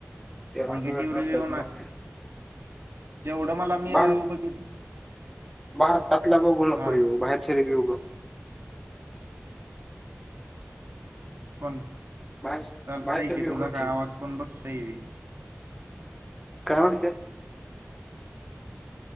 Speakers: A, in the centre; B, on the right.
A: त्याला
B: निगेटिव्ह
A: कळत नसेल
B: रिव्ह्यू ना
A: मग
B: जेवढं मला मी
A: बाहेर
B: रिव्ह्यू बघितल
A: भारतातला बाघुनको
B: हा
A: रिव्ह्यु बाहेरचा रिव्ह्यु बघ
B: पण
A: बाहेर
B: चालतय
A: बाहेरचे
B: की
A: रिव्ह्यू
B: तुझा
A: बघ
B: का आवाज पण बघतय रे
A: काय म्हणतोय?